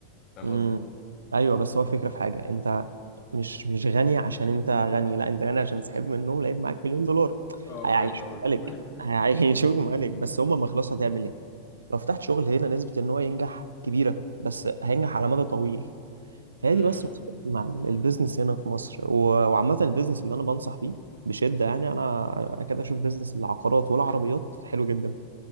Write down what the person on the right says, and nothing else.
امم
ايوه بس هو الفكره في حاجه انت مش مش غني عشان انت غني لا انت غني عشان سحب منهم لقيت معاك مليون دولار
هيعيشوه
ملك
<laughs> هيعيشوه ملك بس هم ما خلاص هتعمل ايه لو فتحت شغل هنا نسبة ان هو ينجح كبيرة بس هينجح على مدى طويل فهي
دي بس مشكلتي مع ال- البيزنس هنا في مصر و- وعامة البيزنس اللي انا بنصح بيه بشدة يعني انا اكاد اشوف بيزنس العقارات والعربيات حلو جدا